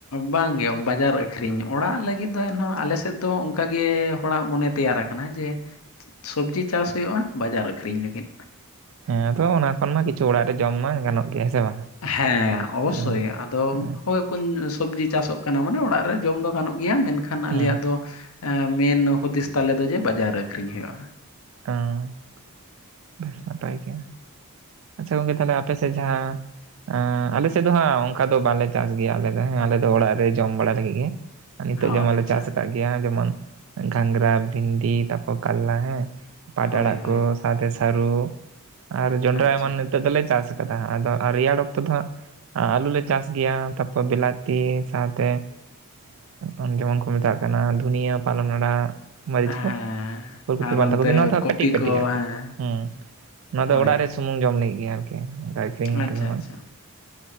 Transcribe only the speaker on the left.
ᱵᱟᱝ ᱜᱮ ᱵᱟᱡᱟᱨ ᱟᱹᱠᱷᱨᱤᱧ ᱚᱲᱟᱜ ᱞᱟᱹᱜᱤᱫ ᱫᱚ ᱮᱱᱦᱚᱸ ᱟᱞᱮ ᱥᱮᱫ ᱫᱚ ᱚᱱᱠᱟᱜᱮ ᱦᱚᱲᱟᱜ ᱢᱚᱱᱮ ᱛᱮᱭᱟᱨ ᱟᱠᱟᱱᱟ ᱡᱮ ᱥᱚᱵᱡᱤ ᱪᱟᱥ ᱦᱩᱭᱩᱜᱼᱟ ᱵᱟᱡᱟᱨ ᱟᱹᱠᱷᱨᱤᱧ ᱞᱟᱹᱜᱤᱫ᱾
ᱦᱮᱸ ᱚᱵᱚᱥᱥᱳᱭ
ᱟᱫᱚ,
ᱦᱳᱭ᱾ ᱠᱚ ᱥᱚᱵᱽᱡᱤ ᱪᱟᱥᱚᱜ ᱠᱟᱱᱟ ᱢᱟᱱᱮ ᱚᱲᱟᱜ ᱨᱮ ᱡᱚᱢ ᱫᱚ ᱜᱟᱱᱚᱜ ᱜᱮᱭᱟ ᱢᱮᱱᱠᱷᱟᱱ ᱟᱞᱮᱭᱟᱜ
ᱫᱚ᱾ ᱢᱮᱱ ᱦᱩᱫᱤᱥ ᱛᱟᱞᱮ ᱫᱚ ᱡᱮ ᱵᱟᱡᱟᱨ ᱨᱮ ᱟᱠᱷᱨᱤᱧ ᱦᱩᱭᱩᱜᱼᱟ᱾
ᱦᱚᱸ
ᱟᱪᱪᱷᱟ
ᱦᱳᱭ
ᱦᱳᱭ
ᱟᱪᱪᱷᱟ
ᱦᱮᱸ
ᱟᱨ
ᱚᱱᱛᱮ
ᱠᱚᱯᱤ
ᱠᱚ
ᱦᱮᱸ
ᱦᱳᱭ
ᱟᱪᱪᱷᱟ
ᱟᱪᱪᱷᱟ